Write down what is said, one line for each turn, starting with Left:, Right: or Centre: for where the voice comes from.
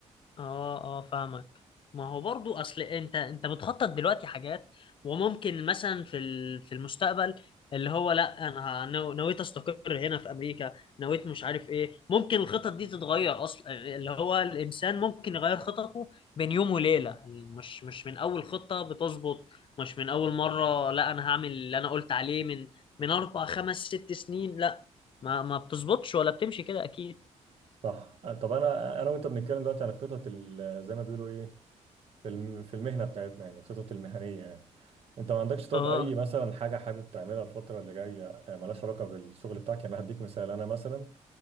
Left: اه اه فاهمك ما هو برضو اصل انت انت بتخطط دلوقتي حاجات وممكن مثلا في ال- في المستقبل اللي هو لا انا ه- نو- نويت استقر هنا في امريكا نويت مش عارف ايه ممكن الخطط دي تتغير اصلا اللي هو الانسان ممكن يغير خططه بين يوم وليله مش مش من اول خطه بتظبط مش من اول مره لا انا هعمل اللي انا قلت عليه من من اربع خمس ست سنين لا ما ما بتظبطش ولا بتمشي كده اكيد
Right: صح أه، طب انا انا وانت بنتكلم دلوقتي عن الخطط ال- زي ما بيقولوا ايه في الم- في المهنه بتاعتنا يعني الخطط المهنيه يعني انت ما عندكش طب
Left: اه
Right: اي مثلا حاجه حابب تعملها الفتره اللي جايه أه، ملهاش علاقه بالشغل بتاعك يعني انا هديك مثال انا مثلا